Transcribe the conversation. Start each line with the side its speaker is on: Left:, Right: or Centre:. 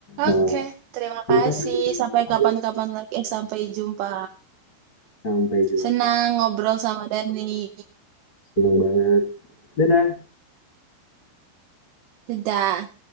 Left: Eh,
Right: Oke, terima
Left: kapan-kapan
Right: kasih.
Left: kita
Right: Sampai
Left: ngobrol
Right: kapan-kapan
Left: lagi.
Right: lagi. Eh, sampai jumpa.
Left: Sampai jumpa.
Right: Senang ngobrol sama Dani.
Left: Seneng banget. Dadah.
Right: Dadah.